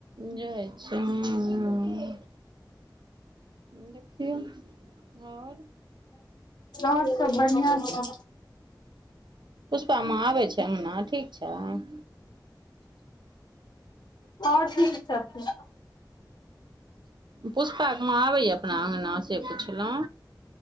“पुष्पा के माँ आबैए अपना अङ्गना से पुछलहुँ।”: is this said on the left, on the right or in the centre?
Right